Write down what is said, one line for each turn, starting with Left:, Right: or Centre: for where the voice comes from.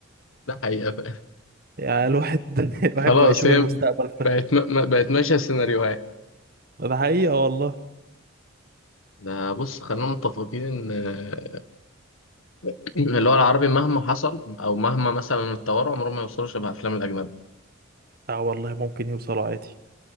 Left: ده حقيقة فعلا
Right: يعني الواحد <laughs> الواحد
Left: خلاص
Right: بقى يشوف
Left: هي
Right: المستقبل ده
Left: بقت م... م- بقت ماشية السيناريوهات
Right: ده حقيقه والله
Left: ده بص خلينا متفقين ان آه، <clears throat> اللي هو العربي مهما حصل او مهما مثلا اتطوروا عمرهم ما يوصلوا شبه افلام الاجنبي
Right: لا والله ممكن يوصلوا عادي